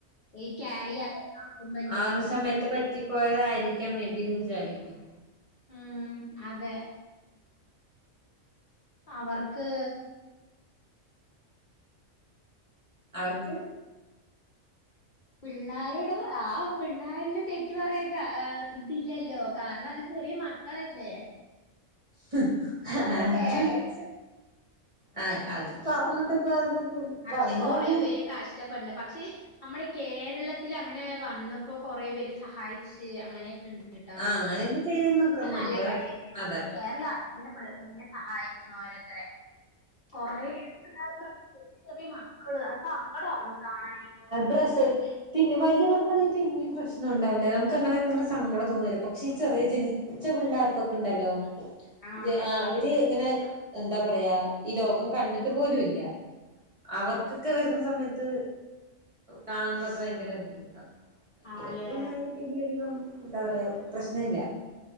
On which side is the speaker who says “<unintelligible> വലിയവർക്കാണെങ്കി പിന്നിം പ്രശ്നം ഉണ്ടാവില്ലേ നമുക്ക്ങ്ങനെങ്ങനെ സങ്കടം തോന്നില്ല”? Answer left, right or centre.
Right